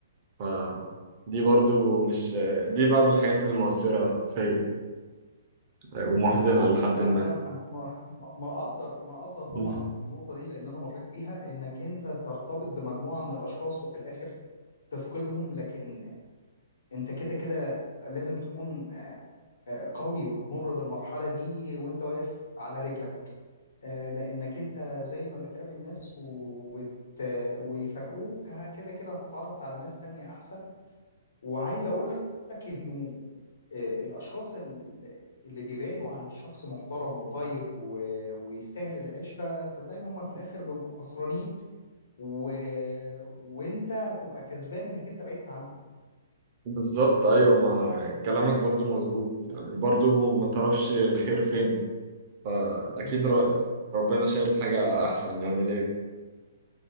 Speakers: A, on the right; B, on the left.
A: ف دي برضو مش دي بقى من الحاجات المؤثرة فيا ومحزنة لحد
B: آه،
A: ما
B: انا ما ما- ما اقدر ما اقدر طبعا
A: مم.
B: النقطه دي لان انا مريت بيها انك انت ترتبط بمجموعه من الاشخاص وفي الاخر تفقدهم لكن انت كده كده لازم تكون آه، قوي وتمر بالمرحله دي وانت واقف على رجلك آه، لانك انت زي ما بتقابل ناس و- وت- ويفرقوك ه- كده كده هتتعرف على ناس تانية احسن وعايز اقول لك انه آه، الاشخاص ال- اللي بيبعدوا عن شخص محترم وطيب و- ويستاهل العشره صدقني هم في الاخر بيبقوا خسرانين و... وانت هتبقى كسبان انك انت بعدت عنهم
A: بالظبط أيوة ما كلامك برضو مظبوط يعني برضو ما تعرفش الخير فين فأكيد
B: بالظبط
A: ر-
B: كده
A: ربنا شايل حاجة أحسن يعني ليه